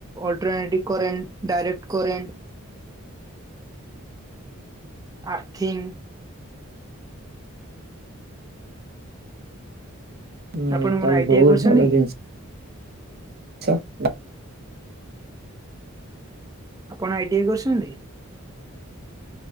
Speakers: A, on the right; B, on the right.
A: alternative current, direct current earthing
B: ହୁଁ
A: ଆପଣ
B: ତାହେଲେ
A: କଣ ଆଇ
B: ବହୁତ
A: ଟି ଆଇ କରିଛନ୍ତି
B: ଭଲ ଜିନିଷ
A: କି?
B: <unintelligible>
A: ଆପଣ ଆଇ ଟି ଆଇ କରିସନ୍ତି?